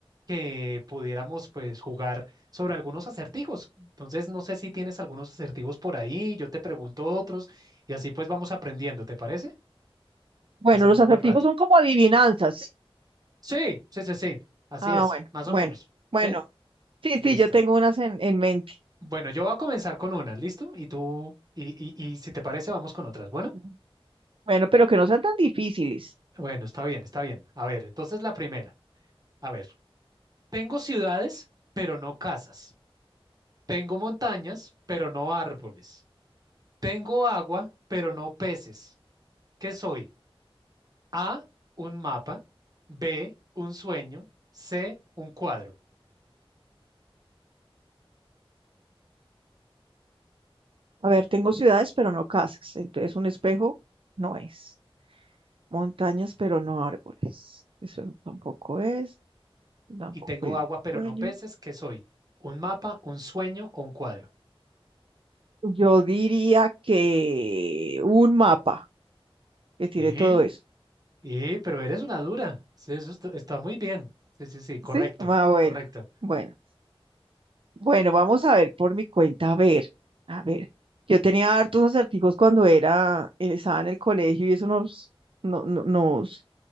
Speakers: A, on the right; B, on the right.
A: que pudiéramos pues jugar sobre algunos acertijos. Entonces, no sé si tienes algunos acertijos por ahí, yo te pregunto otros y así pues vamos aprendiendo, ¿te parece?
B: Bueno,
A: Pasando
B: los
A: un
B: acertijos
A: buen rato.
B: son como adivinanzas. ¿sí?
A: Sí, sí, sí, sí. Así
B: Ah,
A: es,
B: bueno,
A: más
B: bueno,
A: o menos.
B: bueno,
A: ¿Sí?
B: sí,
A: Listo.
B: sí, yo tengo unas en, en mente.
A: Bueno, yo voy a comenzar con unas, ¿listo? Y tú, y, y, y si te parece, vamos con otras. Bueno,
B: Ujú. Bueno, pero que no sean tan difíciles.
A: bueno, está bien, está bien. A ver, entonces la primera. A ver, tengo ciudades, pero no casas. Tengo montañas, pero no árboles. Tengo agua, pero no peces. ¿Qué soy? A, un mapa. B, un sueño. C, un cuadro.
B: A ver, tengo ciudades, pero no casas, entonces un espejo no es. Montañas, pero no árboles. Eso tampoco es. Tampoco
A: Y tengo
B: el
A: agua, pero
B: sueño.
A: no peces. ¿Qué soy? ¿Un mapa, un sueño o un cuadro?
B: Yo diría que un mapa que tiene
A: Y,
B: todo eso.
A: y, pero eres una dura. Sí, eso est- está, muy bien. Sí, sí, sí, correcto,
B: ¿Sí? Ah, bueno.
A: correcto.
B: Bueno. Bueno, vamos a ver por mi cuenta. A ver, a ver. Yo tenía hartos acertijos cuando era, eh, estaba en el colegio y eso nos, no, no- nos